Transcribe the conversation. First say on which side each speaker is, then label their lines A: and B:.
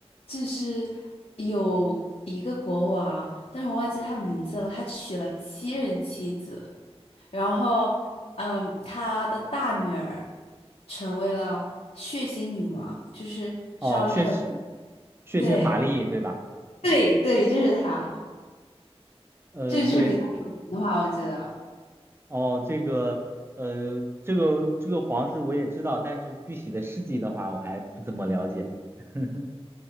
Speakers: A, on the left (about 75°); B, on the right (about 20°).
A: 就是有一个国王，但是我忘记他名字了。他娶了七任妻子，然后，嗯，他的大女儿成为了血腥女王，就是杀了很，
B: 哦，血腥血腥玛丽对吧？
A: 对，对，对，就是他，
B: 呃，
A: 这就是比较有名的话。
B: 对，
A: 我觉得
B: 哦，这个呃，这个这个皇室我也知道，但是具体的事迹的话，我还不怎么了解。<laughs>